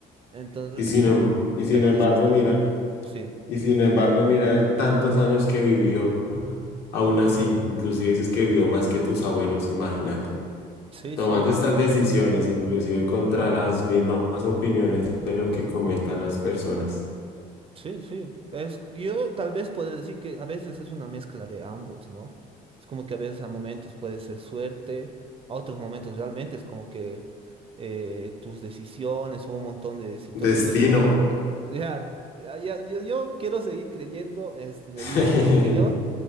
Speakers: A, on the right; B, on the left.
A: Entonces,
B: Y sin,
A: <laughs>
B: em- y sin
A: perdón,
B: embargo,
A: es que estoy.
B: mira,
A: Sí.
B: y sin embargo, mira, el tantos años que vivió, aún así, inclusive dices que vivió más que tus abuelos, imagínate.
A: Sí,
B: tomando
A: sí.
B: estas decisiones, inclusive contra las mismas opiniones de lo que comentan las personas.
A: Sí, sí. Es, yo tal vez podría decir que a veces es una mezcla de ambos, ¿no? Es como que a veces a momentos puede ser suerte, a otros momentos realmente es como que eh, tus decisiones o un montón de situaciones
B: Destino.
A: como... <laughs> Ya, ya, ya- yo, yo quiero seguir creyendo este, en
B: <laughs>
A: el libre albedrío